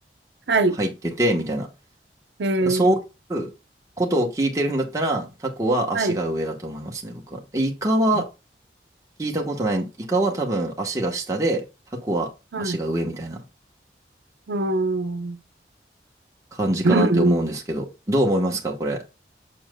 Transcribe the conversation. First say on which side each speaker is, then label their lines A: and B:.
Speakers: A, on the right; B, on the right.
A: はい。
B: 入ってて、みたいな。
A: えー
B: そういうことを聞いてるんだったら、タコは足が上だと思いますね、
A: はい。
B: 僕は。イカは
A: あ
B: 聞いたことない。イカは多分足が下で、タコは足が上みたいな
A: はい。うーん。
B: 感じかなって思うんですけど、
A: うんうん。
B: どう思いますか、これ。